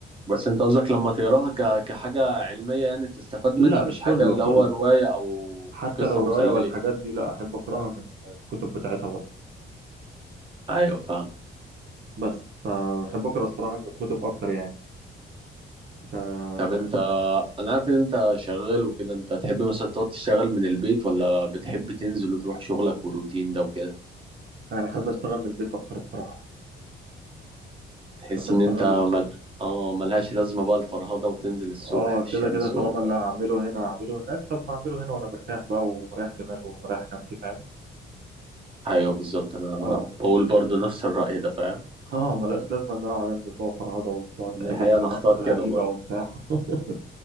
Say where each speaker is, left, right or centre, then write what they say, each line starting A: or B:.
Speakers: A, on the right; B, on the right.
A: بس انت قصدك لما تقراها ك... كحاجه علميه يعني بتستفاد
B: لا
A: منها مش حاجه
B: كله
A: اللي
B: كله
A: هو روايه او
B: حتى
A: قصه
B: لو
A: مسليه
B: روايه والحاجات دي لا احب اقراها من الكتب بتاعتها برضه
A: ايوه فاهم
B: بس فبحب اقرا الصراحه من الكتب اكتر يعني فانا
A: طب انت انا عارف ان انت شغال وكده انت تحب مثلا تقعد تشتغل من البيت ولا بتحب تنزل وتروح شغلك والروتين ده وكده
B: احب اشتغل من البيت اكتر بصراحه
A: تحس
B: احب اشتغل
A: ان انت مل... اه ملهاش لازمه بقى الفرهده وتنزل الصبح
B: اه
A: في الشمس
B: كده كده طالما
A: والبتاع
B: اللي هعمله هنا هعمله هناك طب ما اعمله هنا وانا مرتاح بقى ومريح دماغي ومريح نفسي فاهم
A: ايوه بالظبط انا
B: اه
A: بقول برضو نفس الراي ده فاهم
B: <laughs> اه ملهاش لازمه ان انا اقعد انزل بقى فرهضه وتقعد تقابل
A: دي الحقيقه
B: في
A: انا اختار
B: ناس
A: كده
B: غريبه
A: برضو
B: وبتاع <laughs>